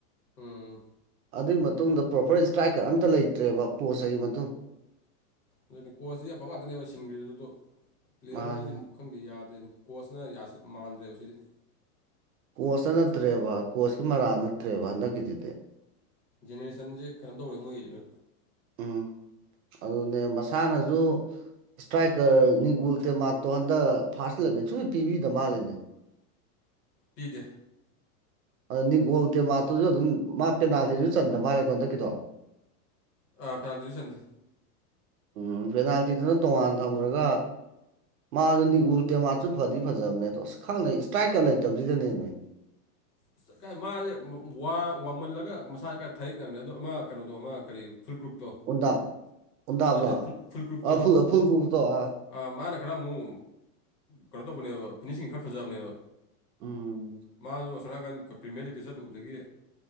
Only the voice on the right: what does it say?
ꯑꯗꯨꯏ ꯃꯇꯨꯡꯗ ꯄ꯭ꯔꯣꯄ꯭ꯔ ꯏꯁꯇ꯭ꯔꯥꯏꯛꯀꯔ ꯑꯝꯇ ꯂꯩꯇ꯭ꯔꯦꯕ ꯀ꯭ꯂꯣꯁ <unintelligible> ꯃꯇꯨꯡ
ꯃꯥꯅꯦ
ꯀꯣꯁꯅ ꯅꯠꯇ꯭ꯔꯦꯕ ꯀꯣꯁꯀꯤ ꯃꯔꯥꯜ ꯅꯠꯇ꯭ꯔꯦꯕ ꯍꯟꯗꯛꯀꯤꯗꯨꯗꯤ
ꯎꯝ ꯑꯗꯨꯅꯦ ꯃꯁꯥꯅꯁꯨ ꯏꯁꯇ꯭ꯔꯥꯏꯛꯀꯔ <unintelligible> ꯃꯥꯇꯣꯟꯗ ꯐꯥꯁꯠ ꯂꯦꯚꯦꯜ ꯁꯨꯛꯄꯤ ꯄꯤꯕꯤꯗ ꯃꯥꯜꯂꯦꯅꯦ
ꯑꯗ ꯅꯤꯛꯒꯣꯜ ꯇꯦꯛꯃꯇꯨꯖꯨ ꯑꯗꯨꯝ ꯃꯥ ꯄꯦꯅꯥꯜꯇꯤꯁꯨ ꯆꯟꯗ ꯃꯥꯜꯂꯦ ꯀꯣ ꯍꯟꯗꯛꯀꯤꯗꯣ
ꯎꯝ ꯄꯦꯅꯥꯜꯇꯤꯗꯨꯅ ꯇꯣꯉꯥꯟ ꯊꯝꯒ꯭ꯔꯒ ꯃꯥꯖꯨ ꯅꯤꯛꯎꯜ ꯇꯦꯃꯥꯁꯨ ꯐꯗꯤ ꯐꯖꯕꯅꯦ ꯑꯗꯣ ꯑꯁ ꯈꯪꯗꯦ ꯏꯁꯇ꯭ꯔꯥꯏꯛꯀ꯭ꯔ ꯂꯩꯇꯕꯖꯤꯗꯅꯦꯃꯦ
ꯎꯟꯗꯥꯞ ꯎꯟꯗꯥꯞꯂꯣ
ꯑ ꯐꯨꯜ ꯐꯨꯜ ꯀ꯭ꯔꯨꯞꯇꯣ ꯑ
ꯎꯝ